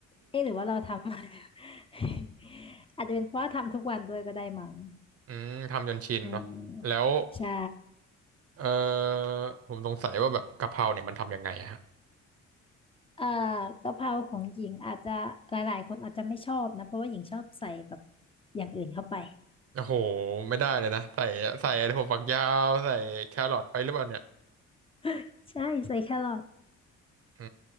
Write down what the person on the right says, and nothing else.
อืมทำจนชินเนาะแล้ว
เอ่อผมสงสัยว่าแบบกะเพราเนี่ยมันทำยังไงอะฮะ
โอ้โหไม่ได้เลยนะใส่ใส่ถั่วฝักยาวใส่แครอทไปหรือเปล่าเนี่ย
อื